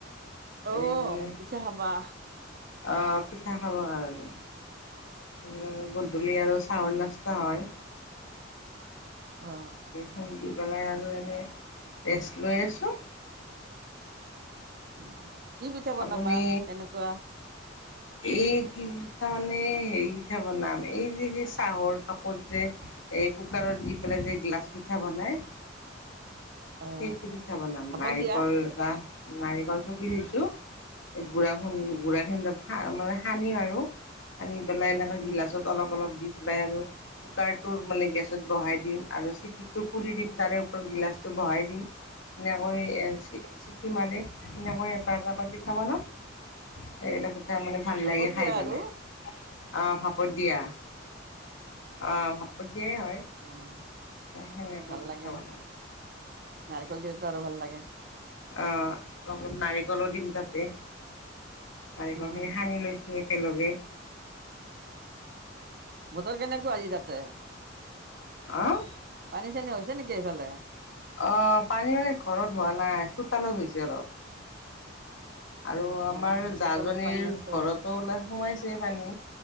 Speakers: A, on the right; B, on the left.
A: অ
B: এই মানে
A: পিঠা খাবা
B: অ পিঠা খাবৰ কাৰণে উম, গধূলি আৰু চউল নাষ্টা হয়।
A: অ
B: খুন্দি পেলাই আৰু এনেই ৰেষ্ট লৈ আছোঁ।
A: <inaudible> বনাবা
B: আপুনি
A: কেনেকুৱা <inaudible>
B: এই কি পিঠা মানে হেৰি পিঠা বনাম এই যে চাহৰ কাপত যে, এই কুকাৰত দি পেলাই যে গিলাচ পিঠা বনাই,
A: অ
B: সেইটো পিঠা বনাম।
A: ভাপত
B: নাৰিকল
A: দিয়া
B: এটা নাৰিকল চকি থৈছোঁ। সেই গুড়াখন গুড়া খিনি মানে সানিম আৰু। সানি পেলাই এনেকৈ গিলাচত অলপ অলপ দি পেলাই আৰু কুকাৰটো মানে গেছত বহাই দিম, আৰু চিটিটো খুলি দিম তাৰে ওপৰত গিলাচটো বহাই দিম। ধুনীয়াকৈ চি চিটি মাৰে, সেনেকৈ এটা এটাকৈ ঠা বনাম, এইটো কেইটা পিঠা মানে ভাল
A: ভাপত
B: লাগে
A: দিয়া
B: খাই পেলাই,
A: আৰু
B: অঁ ভাপত দিয়া। অঁ ভাপত দিয়াই হয়।
A: অঁ,
B: সেনেকৈ
A: ভাল
B: পিঠা
A: লাগে,
B: বনাওঁ
A: নাৰিকল দিয়োটো আৰু ভাল লাগে।
B: অঁ নাৰিকলো দিম তাতে। নাৰিকল
A: উম
B: খিনি সানি লৈছো একেলগে।
A: বতৰ কেনেকুৱা আজি তাতে?
B: অঁ।
A: পানী চানী হৈছে নেকি সেইফালে?
B: অ পানী মানে ঘৰত হোৱা নাই, চোতালত হৈছে অলপ। আৰু
A: অ
B: আমাৰ জাজনীৰ
A: চোতালত পানী আছে
B: ঘৰতো বোলে সোমাইছে পানী।